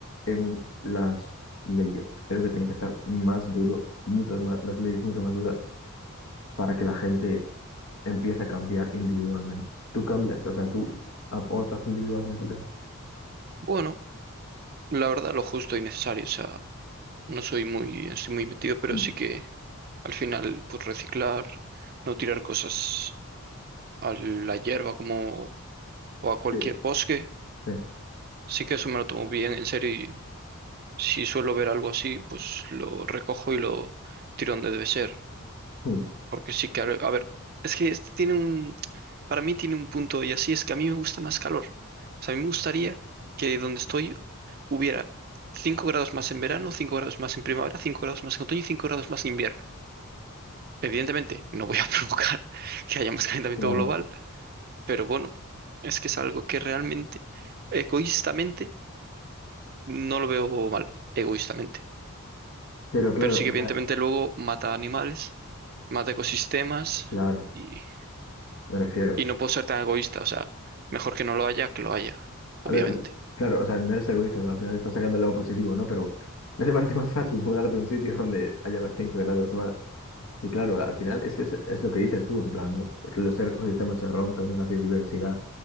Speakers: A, on the left; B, on the right.
A: en las leyes. Creo que tiene que estar más duro, muchas más, las leyes mucho más duras para que la gente empiece a cambiar individualmente. Tú cambias, o sea, tú aportas individualmente el tema.
B: Bueno, La verdad, lo justo y necesario. O sea, no soy muy, estoy muy metido, pero
A: Mm.
B: sí que al final, pues reciclar, no tirar cosas a la hierba como o a cualquier
A: Sí.
B: bosque.
A: Sí.
B: Sí que eso me lo tomo bien en serio y si suelo ver algo así, pues lo recojo y lo tiro donde debe ser.
A: Mm,
B: Porque sí que, al- a ver, es que este tiene un, para mí tiene un punto y así es que a mí me gusta más calor. O sea, a mí me gustaría que donde estoy hubiera 5 grados más en verano, 5 grados más en primavera, 5 grados más en otoño y 5 grados más en invierno. Evidentemente, no voy a <laughs> provocar que haya más calentamiento
A: Claro,
B: global, pero bueno, es que es algo que realmente, egoístamente, no lo veo mal, egoístamente.
A: pero claro,
B: Pero sí
A: o
B: que evidentemente
A: sea,
B: luego mata animales, mata ecosistemas
A: claro,
B: y,
A: me refiero.
B: y no puedo ser tan egoísta, o sea, mejor que no lo haya que lo haya, obviamente.
A: A ver, claro, o sea, no eres egoísta, pero al final estás sacando el lado positivo, ¿no? Pero ¿no te parece <laughs> más fácil mudarte a un sitio donde haya 5 grados más? Y claro, al final es que es, es lo que dices tú, en plan, ¿no? los ecosistemas se rompen, la biodiversidad